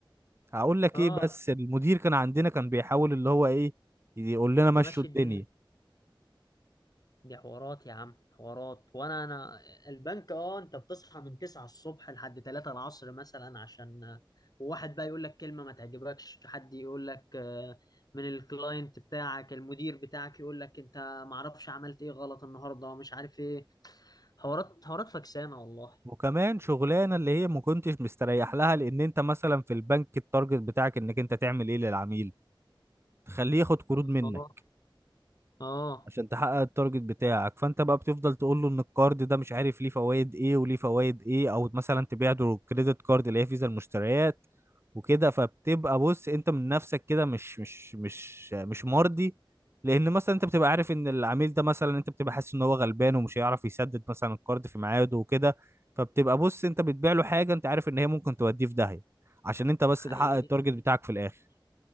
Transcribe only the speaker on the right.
هقول لك
ايه بس المدير كان عندنا كان بيحاول اللي هو ايه يقول لنا مشوا
الدنيا
وكمان شغلانه اللي هي ما كنتش مستريح لها لان انت مثلا في البنك التارجت بتاعك انك انت تعمل ايه للعميل تخليه ياخد قروض منك
عشان تحقق التارجت بتاعك فانت بقى بتفضل تقول له ان الكارد ده مش عارف ليه فوائد ايه وليه فوائد ايه او مثلا تبيع له كريدت كارد اللي هي فيزا المشتريات وكده فبتبقى بص انت من نفسك كده مش مش مش مش مرضي لان مثلا انت بتبقى عارف ان العميل ده مثلا انت بتبقى حاسس ان هو غلبان ومش هيعرف يسدد مثلا الكارد في ميعاده وكده فبتبقى بص انت بتبيع له حاجه انت عارف ان هي ممكن توديه في داهيه عشان انت بس
تحقق التارجت بتاعك في الاخر